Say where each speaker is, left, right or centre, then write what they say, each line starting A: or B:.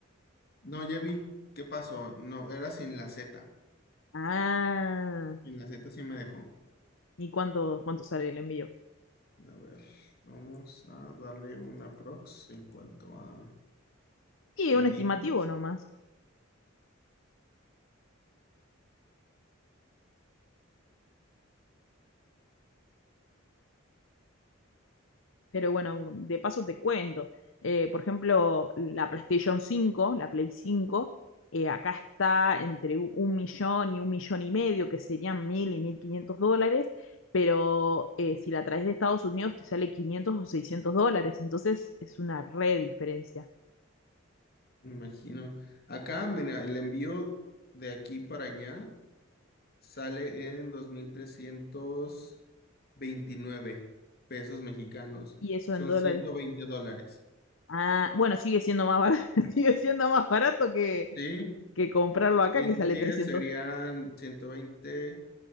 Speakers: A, on the left; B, on the left.
A: No, ya vi qué pasó. No, era sin la Z.
B: Ah,
A: Sin la Z sí me dejó.
B: ¿y cuánto, cuánto sale el envío?
A: A ver, vamos a darle una prox en cuanto a
B: Y
A: medidas.
B: un estimativo nomás. Pero bueno, de paso te cuento. Eh, por ejemplo, la PlayStation cinco la Play cinco eh, acá está entre u- un millón y un millón y medio, que serían mil y mil quinientos dólares, pero eh, si la traes de Estados Unidos te sale 500 o 600 dólares, entonces es una re diferencia.
A: Me imagino. Acá, mira, el envío de aquí para allá sale en dos mil trescientos veintinueve pesos mexicanos.
B: Y eso
A: Son
B: en dólares.
A: 120 dólares.
B: Ah, bueno, sigue siendo más barato, <laughs> sigue siendo más barato que,
A: Sí,
B: que comprarlo acá,
A: ciento
B: que sale
A: diez
B: trescientos
A: serían ciento veinte,